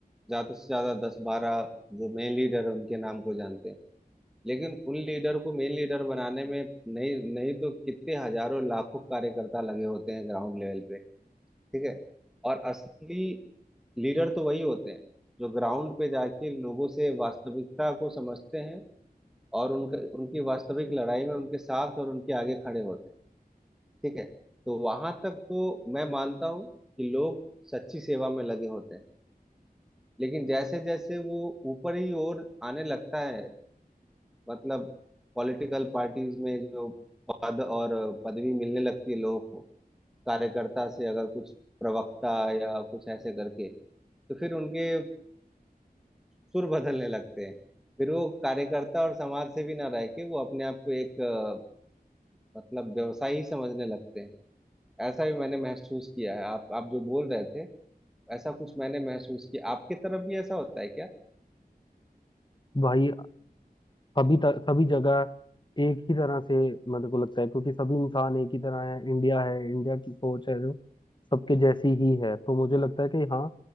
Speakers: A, in the centre; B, on the left.
A: ज्यादा से ज्यादा दस बारह जो मेन लीडर है उनके नाम को जानते हैं लेकिन उन लीडर को मेन लीडर बनाने में नहीं नहीं तो कितने हजारों लाखों कार्यकर्ता लगे होते हैं ग्राउंड लेवल पे ठीक है और असली लीडर तो वही होते हैं जो ग्राउंड पे जाके लोगों से वास्तविकता को समझते हैं और उनका उनकी वास्तविक लड़ाई में उनके साथ और उनके आगे खड़े होते हैं ठीक है तो वहां तक तो मैं मानता हूँ कि लोग सच्ची सेवा में लगे होते हैं लेकिन जैसे जैसे वो ऊपर ही ओर आने लगता है मतलब पॉलिटिकल पार्टीज में जो पद और पदवी मिलने लगती है लोगों को कार्यकर्ता से अगर कुछ प्रवक्ता या कुछ ऐसे करके तो फिर उनके सुर बदलने लगते हैं फिर वो कार्यकर्ता और समाज से भी ना रह के वो अपने आप को एक अ, मतलब व्यवसायी समझने लगते हैं ऐसा भी मैंने महसूस किया है आप आप जो बोल रहे थे ऐसा कुछ मैंने महसूस किया आपकी तरफ भी ऐसा होता है क्या
B: भाई सभी तर, सभी जगह एक ही तरह से मेरे को लगता है क्योंकि सभी इंसान एक ही तरह है इंडिया है इंडिया की सोच है जो सबके जैसी ही है तो मुझे लगता है कि हाँ